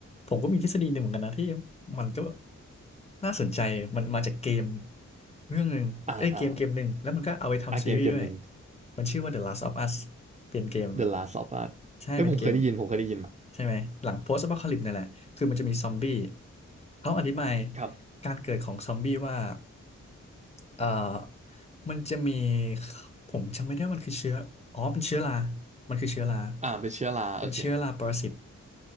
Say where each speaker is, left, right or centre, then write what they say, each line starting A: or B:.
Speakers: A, on the left; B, on the right.
A: ผมก็มีทฤษฎีหนึ่งเหมือนกันนะที่มันก็น่าสนใจมันมาจากเกมเรื่องหนึ่งเอ้ยเกมเกมหนึ่งแล้วมันก็เอาไปทำซีรีส์ด้วย
B: อ่าอ่าอ่าเกมเกมหนึ่ง
A: มันชื่อว่า The Last of Us เป็นเกม
B: The Last of Us
A: ใช่เป็นเกม
B: เอ้ยผมเคยได้ยินผมเคยได้ยิน
A: ใช่ไหมหลัง Post Apocalypse นั่นแหละคือมันจะมีซอมบี้เขาอธิบาย
B: ครับ
A: การเกิดของซอมบี้ว่าเอ่อมันจะมีผมจำไม่ได้มันคือเชื้ออ๋อเป็นเชื้อรามันคือเชื้อรา
B: อ่าเป็นเชื้อราโอเค
A: เป็นเชื้อราปรสิต